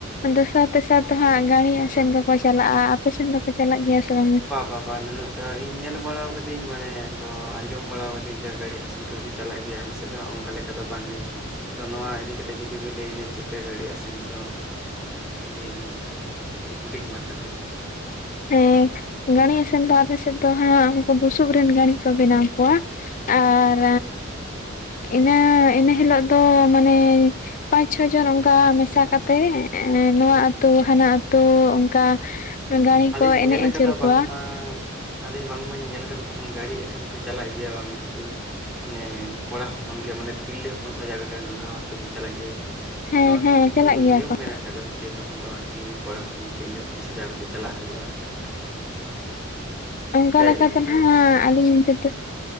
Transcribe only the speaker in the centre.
ᱚ
ᱟᱪᱪᱷᱟ
ᱵᱟ-ᱵᱟ-ᱵᱟ ᱱᱩᱱᱟᱹᱜ ᱴᱟ ᱤᱧ ᱧᱮᱞ ᱵᱟᱲᱟᱣ ᱠᱟᱹᱫᱤᱧ ᱢᱟᱱᱮ ᱛᱚ ᱟᱸᱡᱚᱢ ᱵᱟᱲᱟᱣ ᱠᱟᱹᱫᱤᱧ ᱡᱮ ᱜᱟᱹᱲᱤ ᱟᱥᱮ ᱤᱱᱠᱟᱹ ᱠᱚ ᱪᱟᱞᱟᱜ ᱜᱮᱭᱟ ᱟᱞᱮ ᱥᱮᱫ ᱫᱚ ᱚᱱᱠᱟ ᱞᱮᱠᱟ ᱫᱚ ᱵᱟᱝ ᱜᱮ ᱛᱚ ᱱᱚᱣᱟ ᱤᱫᱤ ᱠᱟᱛᱮ ᱡᱚᱫᱤ ᱵᱤᱱ ᱞᱟᱹᱭᱟ ᱧᱟ ᱪᱮᱫ ᱠᱟ ᱜᱟᱹᱲᱤ ᱟᱥᱮ ᱱᱤᱛᱚᱜ ᱞᱟᱹᱭ ᱵᱤᱱ <inaudible> ᱦᱩᱰᱤᱧ ᱢᱟᱪᱷᱟᱛᱮ
ᱤᱧ ᱧᱮᱞ
ᱟᱠᱟᱫᱟ
ᱵᱟᱝ
ᱢᱟ ᱟᱨᱮ ᱵᱟᱝ ᱢᱟᱧ ᱧᱮᱞ ᱟᱠᱟᱫᱟ ᱛᱚᱠᱷᱚᱱ ᱜᱟᱹᱲᱤ ᱟᱥᱮᱱ ᱾ ᱠᱩ ᱪᱟᱞᱟᱜ ᱜᱮᱭᱟ ᱵᱟᱝ ᱩᱱᱠᱩ ᱱᱮ ᱠᱚᱲᱟ ᱦᱚᱯᱚᱱ ᱜᱮ ᱢᱟᱱᱮ ᱛᱤᱨᱞᱟᱹ ᱦᱚᱯᱚᱱ ᱥᱟᱡᱟᱣ ᱠᱟᱛᱮ ᱚᱱᱮ ᱚᱱᱠᱟ ᱵᱷᱟᱵ ᱛᱮ ᱠᱚ ᱪᱟᱞᱟᱜ ᱜᱮᱭᱟ ᱾
ᱛᱚ ᱱᱚᱣᱟ
ᱠᱤ ᱠᱤᱪᱷᱩ
ᱱᱤᱭᱚᱢ
ᱢᱮᱱᱟᱜ ᱠᱟᱫᱟ ᱥᱮ ᱛᱚᱠᱷᱚᱱ ᱫᱚ ᱟᱨᱠᱤ ᱠᱚᱲᱟ ᱦᱚᱯᱚᱱ ᱛᱤᱨᱞᱟᱹ ᱦᱚᱯᱚᱱ ᱥᱟᱡᱟᱣ ᱠᱟᱛᱮ ᱪᱟᱞᱟᱜ ᱦᱩᱭᱩᱜᱼᱟ ᱟᱨᱠᱤ ᱾
ᱵᱤᱱ
ᱚᱱᱠᱟ